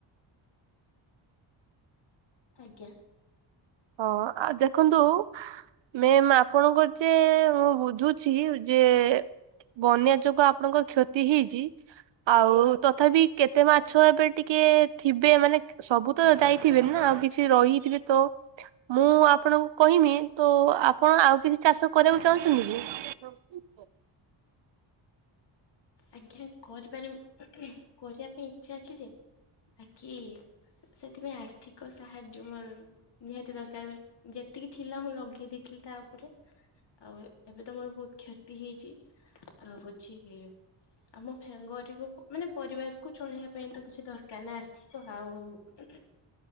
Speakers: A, on the left; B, on the right.
A: ଆଜ୍ଞା।
B: ହଁ ଦେଖନ୍ତୁ ମେମ୍ ଆପଣଙ୍କର ଯେ ମୁଁ ବୁଝୁଛି ଯେ ବନ୍ୟା ଯୋଗୁଁ ଆପଣଙ୍କ କ୍ଷତି ହେଇଛି ଆଉ ତଥାପି କେତେ ମାଛ ଏବେ ଟିକେ ଥିବେ ମାନେ ସବୁତ ଯାଇଥିବେନା ଆଉ କିଛି ରହିଥିବେ ତ ମୁଁ ଆପଣଙ୍କୁ କହିମି ତଆପଣ ଆଉ କିଛି ଚାଷ କରିବାକୁ ଚାହୁଁଛନ୍ତିକି? <unintelligible>
A: ଆଜ୍ଞା କରିପାରିମି କରିବା ପାଇଁ ଇଚ୍ଛା ଅଛିଯେ ବାକି ସେଥିପାଇଁ ଆର୍ଥିକ ସାହାଯ୍ୟ ମୋର ନିହାତି ଦରକାର ମାନେ ଯେତିକି ଥିଲା ମୁଁଲଗେଇ ଦେଇଥିଲି ତାଉପରେ। ଆଉ ଏବେତ ମୋର ବହୁତ୍ କ୍ଷତି ହେଇଚି ଆଉ ହୋଉଚି ଆମ ଫେଗରିବ ମାନେ ପରିବାରକୁ ଚଳିବା ପାଇଁତ କିଛି ଦରକାରନା ଆର୍ଥ ଆଉ